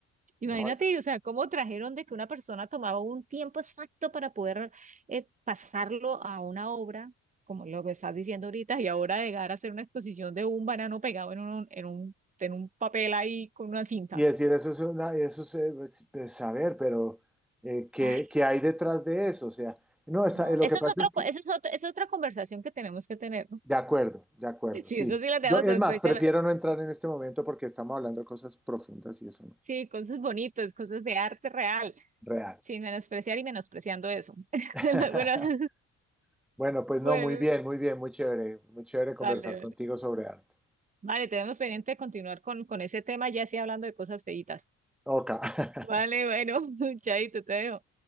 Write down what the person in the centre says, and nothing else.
No, eso.
Y decir eso es una, eso es, eh, pues, pues, saber, pero eh, ¿qué,
qué hay detrás de eso? O sea, no, está,
lo
que pasa
es que
De acuerdo, de acuerdo,
sí.
Yo, es
más, prefiero
no entrar en este momento porque estamos hablando de cosas profundas y eso no.
Real.
<laughs>
Bueno, pues
no, muy bien, muy bien, muy chévere, muy chévere conversar
contigo sobre arte.
Ok. <laughs>